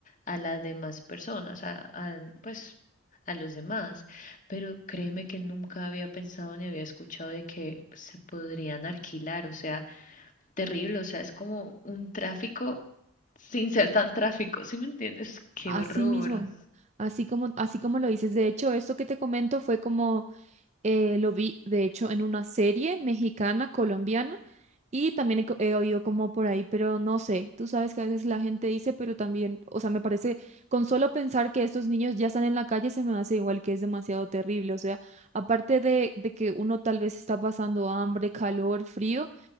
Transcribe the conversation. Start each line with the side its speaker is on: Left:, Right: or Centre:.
Left: a las demás personas, a, a, pues a los demás. Pero créeme que nunca había pensado ni había escuchado de que se podrían alquilar. O sea, terrible. O sea, es como un tráfico sin ser tan tráfico. ¿Sí me entiendes? Qué
Right: Así
Left: horror.
Right: mismo, así como, así como lo dices. De hecho, esto que te comento fue como Eh, lo vi, de hecho, en una serie mexicana, colombiana, y también he, co- he oído como por ahí, pero no sé, tú sabes que a veces la gente dice, pero también, o sea, me parece, con solo pensar que estos niños ya están en la calle, se me hace igual que es demasiado terrible, o sea, aparte de, de que uno tal vez está pasando hambre, calor, frío,